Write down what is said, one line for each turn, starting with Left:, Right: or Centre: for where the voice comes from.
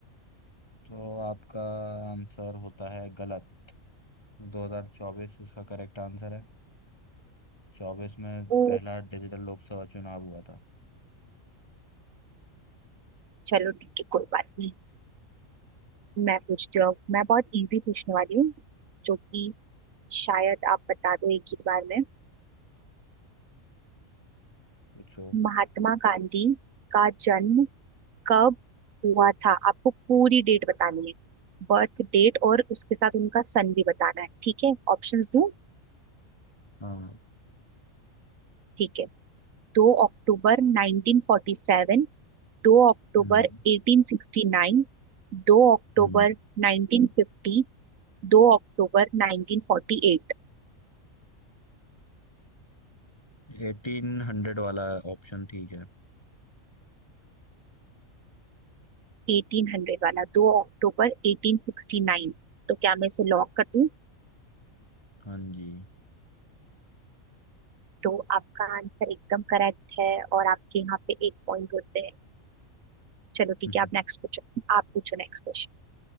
Left: तो आपका आंसर होता है गलत 2024 इसका करेक्ट आंसर है चौबीस में
Right: ओ
Left: पहला डिजिटल लोकसभा चुनाव हुआ था
Right: चलो ठीक है कोई बात नहीं मैं पूछती हूँ अब। मैं बहुत इजी पूछने वाली हूँ जो कि शायद आप बता दो एक ही बार में
Left: पूछो
Right: महात्मा गांधी का जन्म कब हुआ था आपको पूरी डेट बतानी है बर्थ डेट और उसके साथ उनका सन भी बताना है ठीक है ऑप्शंस दूं
Left: हाँ
Right: ठीक है दो अक्टूबर 1947 दो अक्टूबर
Left: हम्म
Right: 1869, दो अक्टूबर
Left: हम्म
Right: 1950, दो अक्टूबर 1948,
Left: एटीन हंड्रेड वाला ऑप्शन ठीक है
Right: 1800 वाला दो अक्टूबर 1869 तो क्या मैं इसे लॉक कर दूं
Left: हाँ जी
Right: तो आपका आंसर एकदम करेक्ट है और आपके यहाँ पे एक पॉइंट होते हैं चलो
Left: <laughs>
Right: ठीक है आप नेक्स्ट पूछो आप पूछो नेक्स्ट क्वेश्चन